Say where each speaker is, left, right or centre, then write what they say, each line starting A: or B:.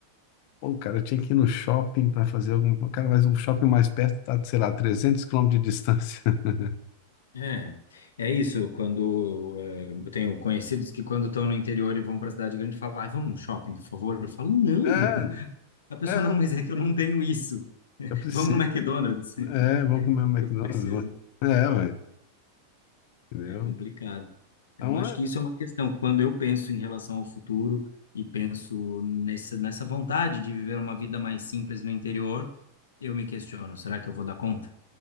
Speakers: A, on the left; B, on the left.
A: Pô, cara, eu tinha que ir no shopping para fazer algum. Cara, mas um shopping mais perto tá, sei lá, trezentos quilômetros de distância. <laughs>
B: É, é isso. Quando eh, eu tenho conhecidos que quando estão no interior e vão para a cidade grande, falam, "Ai, vamos no shopping, por favor. Eu falo, não.
A: É,
B: <laughs> A pessoa,
A: é,
B: não, mas é que eu não tenho isso. <laughs>
A: eu preciso.
B: Vamos no McDonald's. <laughs>
A: É, É, vamos comer um McDonald's.
B: Eu preciso.
A: vamos. É, ué, entendeu?
B: É complicado. Então,
A: Então,
B: acho que isso é uma questão. Quando eu penso em relação ao futuro e penso nessa, nessa vontade de viver uma vida mais simples no interior, eu me questiono, será que eu vou dar conta?